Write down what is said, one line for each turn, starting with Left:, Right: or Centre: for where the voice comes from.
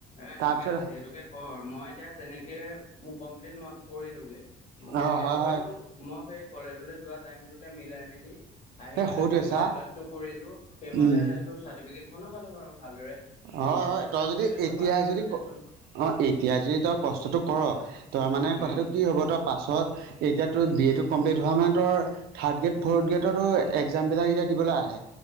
Left: এ,
Right: তাৰপিছত
Left: ঠিকে আছে সেইটোকে ক'ৰ মই এতিয়া তেনেকে, মোৰ কমপ্লেইন ম কৰিলোগে,
Right: অ
Left: কেনেকে
Right: হয়
Left: কৰিলো,
Right: হয়
Left: মই সেই কলেজলৈ যাৱা টাইম টোত মিলাই-মেলি আহি,
Right: এই
Left: পেলাই
Right: সৌটোৱে
Left: কম্পিউটাৰ
Right: চা
Left: ক্লাছটো কৰিলো সেইমতে
Right: উম
Left: ত, চাৰ্টিফিকেটখনো পালো বাৰু ভালদৰে।
Right: হয়, হয়।
Left: নিজে চেষ্টা
Right: তই যদি
Left: কৰিলেতো
Right: এ এতিয়া
Left: পাবি
Right: যদি
Left: আৰু দেচোন
Right: অ, এতিয়া যদি তই কষ্টটো কৰ তই মানে কথাটো
Left: উম।
Right: কি হ'ব তই পাছত, এতিয়া তোৰ বি এটো কমপ্লিট হোৱা মানে তৰ থাৰ্ড গ্ৰেড, ফৰ্থ গ্ৰেডতো, একযামবিলাকো এতিয়া দিবলৈ আহে।